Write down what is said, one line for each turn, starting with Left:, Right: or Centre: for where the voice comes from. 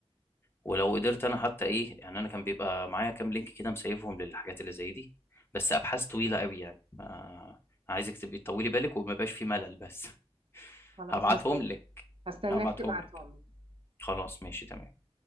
Left: ولو قدرت انا حتى ايه يعني انا كان بيبقى معايا كام لينك كده مسيفهم للحاجات اللي زي دي بس ابحاث طويلة قوي يعني ما... عايزك تبقي تطولي بالك وما يبقاش في ملل بس <laughs>
Right: خلاص
Left: هبعتهم
Right: هستنى
Left: لك
Right: هستناك
Left: هبعتهم
Right: تبعتهم
Left: لك
Right: لي
Left: خلاص ماشي تمام